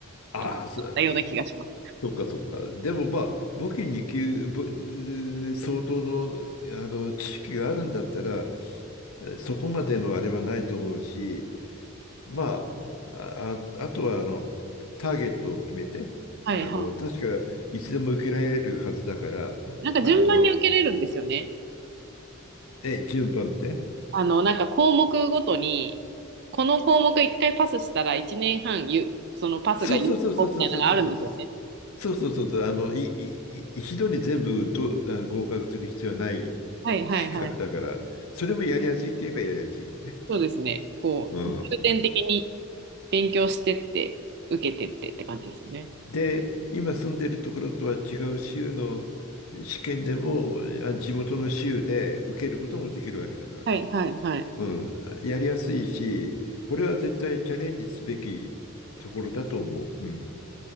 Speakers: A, on the left; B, on the right.
A: ああ、
B: とかだったような気がします。
A: そうそっかそっか。でもまあ、簿記に級、ぼ相当の、あの知識があるんだったら、えそこまでのあれはないと思うし、まあ、あ、ああとはあのターゲットを決めて、
B: はい、
A: あの確かいつでも受けられるはずだから、
B: はい。なんか順番に受けれるんですよね。
A: あのえ、順番って
B: あの、なんか項目ごとに、この項目一回パスしたら一年半ゆ、そのパスが有効みたいなのがあるんですよね。
A: そうそうそうそうそうそうそうそうそう。そうそうそうそう、あの、い、い、い一度に全部と、あ合格する必要はない
B: はいはいはい。
A: 資格だから、それもやりやすいといえばやりやすいよね。
B: そうですね。こう、
A: うん。
B: 重点的に勉強してって、受けてってって感じですよね。
A: で、今住んでるところとは違う州の試験でも、あ地元の州で受けることもできるわけだから。
B: はいはいはい。
A: うん。やりやすいし、これは絶対チャレンジすべきところだと思う。うん。